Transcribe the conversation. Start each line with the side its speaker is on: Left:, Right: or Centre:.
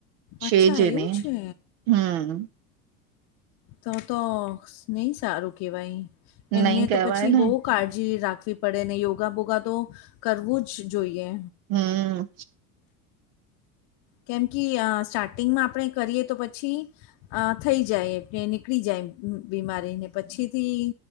Right: છેજ
Left: અચ્છા
Right: એને
Left: એવું છે.
Right: હમ્મ
Left: તો તો નહી સારું કેવાય
Right: નહી
Left: એમને
Right: કહેવાય
Left: તો પછી
Right: ને
Left: બોહ કાળજી રાખવી પડે ને યોગા બોગા તો કરવું જ જોઈએ.
Right: હમ્મ
Left: કેમ કે સ્ટાર્ટિંગમાં આપણે કરીએ તો પછી આ થઈ જાય એલે નીકળી જાય બીમારીને પછીથી